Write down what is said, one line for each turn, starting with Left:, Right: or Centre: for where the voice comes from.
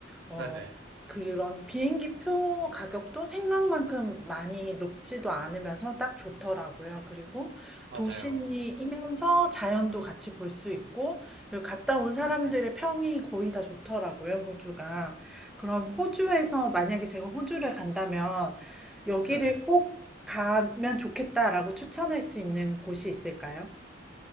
Centre: 어,
Right: 네네,
Centre: 그런 비행기 표 가격도 생각만큼 많이 높지도 않으면서 딱 좋더라고요. 그리고
Right: 맞아요.
Centre: 도시이면서 자연도 같이 볼 수 있고, 그리고 갔다 온 사람들의
Right: 음,
Centre: 평이 거의 다 좋더라고요, 호주가. 그럼 호주에서 만약에 제가 호주를 간다면 여기를
Right: 네네.
Centre: 꼭 가면 좋겠다라고 추천할 수 있는 곳이 있을까요?